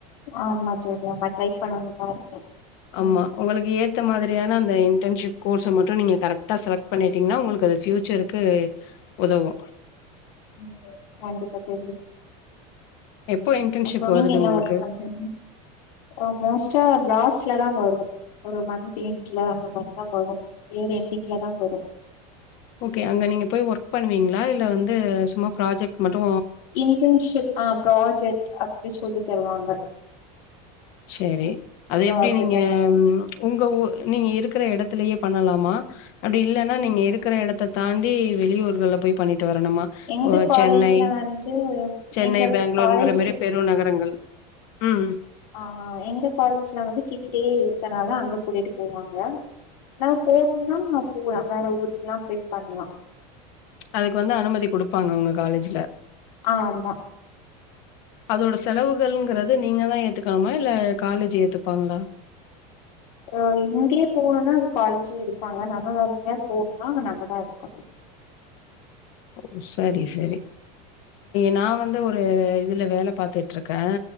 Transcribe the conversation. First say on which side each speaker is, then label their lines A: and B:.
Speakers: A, on the left; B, on the left.
A: ஆம்மா தோழி நம்ம ட்ரை பண்ணணு தாருக்கே தோழி
B: ஆமா.
A: ம்
B: உங்களுக்கு ஏத்த மாதிரியான அந்த இன்டன்ஷிப் கோர்ஸ்ஸ மட்டு நீங்க கரெக்டா செலக்ட் பண்ணிட்டீங்கன்னா உங்களுக்கு அது ஃப்யூச்சர் க்கு உதவு
A: ம் கண்டிப்பா தோழி
B: எப்போ இன்டர்ன்ஷிப்
A: அப்றோ நீங்க
B: வருது
A: என்ன
B: உங்களுக்கு?
A: ஒர்க் பண்றீங்க ஆ மோஸ்ட்டா லாஸ்ட்லதா வரு ஒரு மந்த் எண்ட்ல அந்த மாதிரிதா வரு இயர் என்டிங்லதா வரு
B: ஓகே அங்க நீங்க போய் ஒர்க் பண்ணுவீங்களா இல்ல வந்து சும்மா ப்ராஜெக்ட் மட்டு
A: இன்டர்ன்ஷிப் அ ப்ராஜெக்ட் அப்டி சொல்லி தருவாங்க
B: சேரி அது
A: ப்ராஜெக்ட்
B: எப்டி நீங்க
A: அந்த மாரி
B: உங்க ஊர் நீங்க இருக்கிற எடத்துலயே பண்ணலாமா அப்டி இல்லன்னா நீங்க இருக்கிற எடத்த தாண்டி வெளியூர்கள்ல போய் பண்ணிட்டு வரணுமா
A: எங்க
B: ஒ
A: காலேஜ்ல
B: சென்னை
A: வந்து
B: சென்னை
A: எங்க
B: பெங்களூருங்கிற
A: காலேஜ்
B: மாரி பெரும் நகரங்கள் ம்
A: அ எங்க காலேஜ்ல வந்து கிட்டயே இருக்கனால அங்க கூட்டிட்டு போவாங்க நம்ம போணும்னா போலா வேற ஊருக்குெல்லா போய் பாக்கலா
B: அதுக்கு வந்து அனுமதி குடுப்பாங்க உங்க காலேஜ்ல
A: ஆமா
B: அதோட செலவுகள்ங்கறது நீங்க தா ஏத்துக்கனுமா இல்ல காலேஜ் ஏத்துப்பாங்களா
A: அப்றோ இங்கேயே போணும்னா அது காலேஜ் எடுப்பாங்க நம்ம வேற எங்கயாது போணும்னா நம்மதா எடுக்கணு
B: ஓ சரி சரி நா வந்து ஒரு இதுல வேல பாத்துட்டு இருக்கே